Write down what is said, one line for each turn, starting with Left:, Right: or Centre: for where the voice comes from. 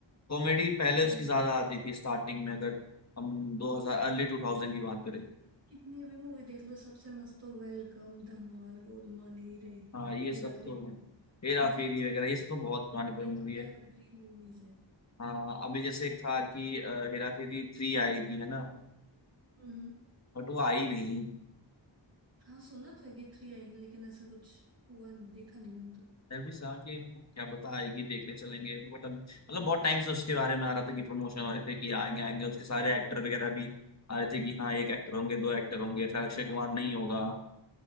Left: कॉमेडी पहले
Right: हम्म
Left: उसकी ज्यादा आती थी स्टार्टिंग में अगर हम दो हजार
Right: पर
Left: अर्ली टू थाउजेंड की बात करें
Right: कितनी भी मूवी देख लो सबसे मस्त तो वेलकम धमाल गोलमाल ही रहेगी
Left: हाँ ये
Right: हेरा
Left: सब
Right: फेरी
Left: तो है हेरा फेरी
Right: <laughs>
Left: वगैरह ये सब तो बहुत पुरानी पुरानी
Right: ये
Left: मूवी
Right: तो
Left: है
Right: एवरग्रीन मूवीज है
Left: हाँ अभी जैसे एक था कि अ, हेरा फेरी थ्री आएगी है ना
Right: हम्म
Left: बट वो आई नहीं
Right: हाँ सुना था कि थ्री आएगी लेकिन ऐसा कुछ हुआ नहीं देखा नहीं मैंने तो
Left: मैं भी सोचा कि क्या पता आएगी देखने चलेंगे बट अब मतलब
Right: हम्म।
Left: बहुत टाइम से उसके बारे में आ रहा था कि प्रमोशन हो रहे थे कि आएंगे आएंगे उसके सारे एक्टर वगैरह भी आ रहे थे कि हाँ एक एक्टर होंगे दो एक्टर होंगे शायद अक्षय कुमार नहीं होगा